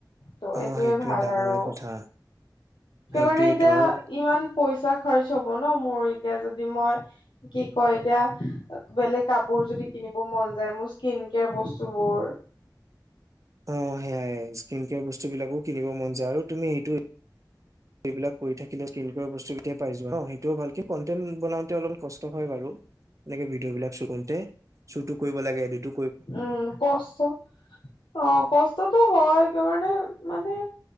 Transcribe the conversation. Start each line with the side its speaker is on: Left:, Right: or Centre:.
Left: ত'
Right: অ
Left: এইটোয়ে
Right: সেইটোৱে
Left: ভাল
Right: ডাঙৰে
Left: আৰু।
Right: কথা
Left: সেইকাৰণে
Right: সেইটোয়েইটো
Left: এতিয়া
Right: আৰু
Left: ইমান পইচা খাৰচ হব ন মোৰ এতিয়া যদি মই কি কয় এতিয়া বেলেগ কাপোৰ যদি কিনিব মন যায় মোৰ স্কিন কেয়াৰ বস্তুবোৰ
Right: অ সেয়াই স্কিন কেয়াৰ বস্তুবিলাকো কিনিব মন যায় আৰু তুমি সেইটো সেইবিলাক কৰি থাকিলে সেই বস্তুকেই পাই যোৱা সেইটোও ভালকে কনটেন্ট বনাওঁতে অলপ কষ্ট হয় বাৰু। এনেকে ভিডিঅ'বিলাক শ্বু কৰোঁতে শ্বুতটো কৰিব লাগে এদিটো
Left: উম কষ্ট, অ কষ্টতো হয় কিয় কাৰণে মানে